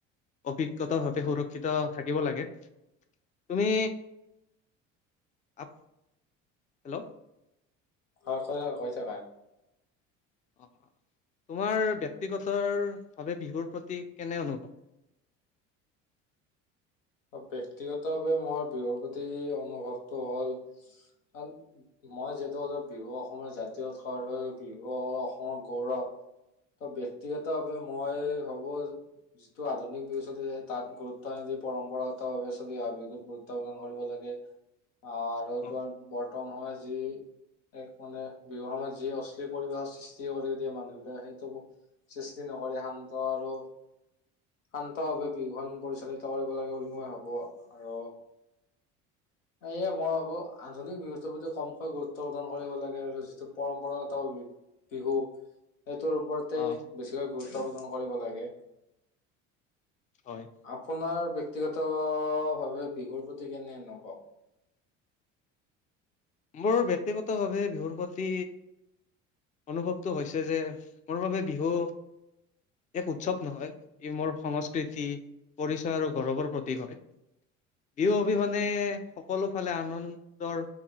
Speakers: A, on the left; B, on the left.
A: অভিজ্ঞতাৰ সতে সুৰক্ষিত থাকিব লাগে। তুমি আপ হেল্ল'
B: হয় কৈ থাকা কৈ থাকা।
A: অ, তোমাৰ ব্যক্তিগতৰ ভাৱে বিহুৰ প্ৰতি কেনে অনুভৱ? <inaudible>
B: ব্যক্তিগতভাৱে মোৰ বিহুৰ প্ৰতি অনুভৱ টো হ'ল কাৰণ মই যিহেতু অলপ বিহু অসমৰ জাতীয় উৎসৱ বিহু অসমৰ গৌৰৱ। ত ব্যক্তিগত ভাৱে মই হ'ব যিটো আধুনিক বিহু চলি আছে তাত গুৰুত্ব নিদি পম্পৰাগত ভাৱে চলি অহা বিহুটোক গুৰুত্ব পাব। কৰিব লাগে, আহ আৰু
A: অ
B: তোমাৰ বৰ্তমান সময়ত যি এক মানে বিহুৰ সময়ত যি অশ্লীল পৰিৱেশৰ সৃষ্টি সৃষ্টি কৰি দিয়ে মানুহবিলাকে, সেইটো সৃষ্টি নকৰি শান্ত আৰু শান্তভাৱে বিহুখন পৰিচালিত কৰিব লাগে বুলি মই ভাবো, আৰু এইয়ে মই ভাবো আধুনিক বিহুটোৰ প্ৰতি কমকৈ গুৰুত্ব প্ৰদান কৰিব লাগে আৰু যিটো পৰম্পৰাগত বিহু বিহু এইটোৰ ওপৰতে
A: অ
B: বেছিকৈ গুৰুত্ব প্ৰদান কৰিব লাগে।
A: হয়
B: আপোনাৰ ব্যক্তিগত ভাৱে বিহুৰ প্ৰতি কেনে অনুভৱ?
A: মোৰ বক্তিগতভাৱে বিহুৰ প্ৰতি অনুভৱটো হৈছে যে, মোৰ বাবে বিহু এক উৎসৱ নহয়, ই মোৰ সংস্কৃতি, পৰিচয় আৰু গৌৰৱৰ প্ৰতীক হয়। বিহু অবিহনে, সকলো ফালে আনন্দৰ